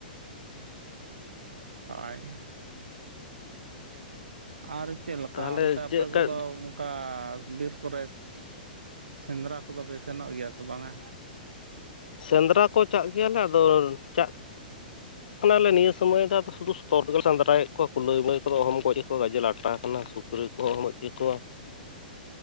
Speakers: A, on the right; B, on the left.
A: ᱦᱟᱭ ᱟᱨ ᱪᱮᱫ ᱞᱮᱠᱟ
B: ᱛᱟᱦᱚᱞᱮ
A: ᱚᱱᱛᱮ ᱟᱯᱮ
B: ᱪᱮᱫ ᱞᱮᱠᱟ
A: ᱠᱚᱫᱚ ᱚᱠᱟ ᱵᱤᱨ ᱠᱚᱨᱮ <unintelligible> ᱥᱮᱸᱫᱽᱨᱟ ᱠᱚᱫᱚ ᱯᱮ ᱥᱮᱱᱚᱜ ᱜᱮᱭᱟ ᱥᱮ ᱵᱟᱝᱟ?
B: ᱥᱮᱸᱫᱽᱨᱟ ᱠᱚ ᱪᱟᱜ ᱜᱮᱭᱟᱞᱮ ᱟᱫᱚ ᱪᱟᱜ ᱠᱟᱱᱟᱞᱮ ᱱᱤᱭᱟᱹ ᱥᱚᱢᱚᱭ ᱫᱚ <unintelligible> <unintelligible> ᱥᱮᱫᱽᱨᱟᱭᱮᱫ ᱠᱚᱣᱟ ᱠᱩᱞᱟᱹᱭ ᱢᱟᱹᱭ ᱠᱚᱫᱚ ᱚᱦᱚᱢ ᱜᱚᱡ ᱠᱚᱣᱟ ᱜᱟᱡᱮ ᱞᱟᱴᱟ ᱠᱟᱱᱟ ᱥ ᱥᱩᱠᱨᱤ ᱠᱚ <unintelligible> ᱚᱦᱚᱢ ᱜᱟᱡ ᱠᱮᱠᱩᱣᱟ
A: <inaudible>